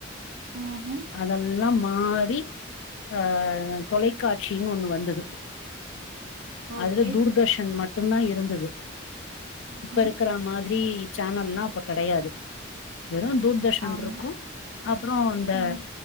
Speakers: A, on the right (about 65°); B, on the left (about 75°).
A: உ ஹ
B: அதெல்லா மாறி ஆ தொலைக்காட்சின் ஒண்ணு வந்தது
A: ஓகே
B: அதுல தூர்தர்ஷன் மட்டுந்தா இருந்தது
A: ம்ஹும்
B: இப்ப இருக் இருக்கர மாதிரி சேனல்லா அப்ப கெடையாது வெறு தூர்தர்ஷன்
A: ஆமா
B: ருக்கு அப்றொ இந்த
A: ம்